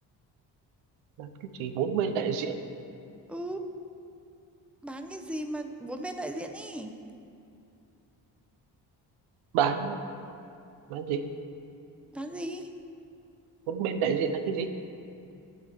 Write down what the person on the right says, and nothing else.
bán cái gì bốn bên đại diện
bán bán gì
bốn bên đại diện là cái gì